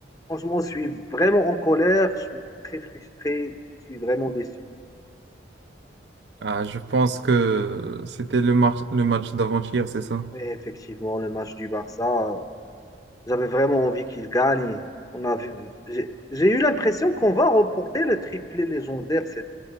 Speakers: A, on the left (about 20°); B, on the right (about 65°).
A: Franchement, je suis vraiment en colère, je suis très frustré, je suis vraiment déçu.
B: Ah, je pense que c'était le, mar- le match d'avant-hier, c'est ça?
A: Mais effectivement, le match du Barça, j'avais vraiment envie qu'il gagne. On a vu, j'ai j'ai eu l'impression qu'on va remporter le triplé légendaire cette,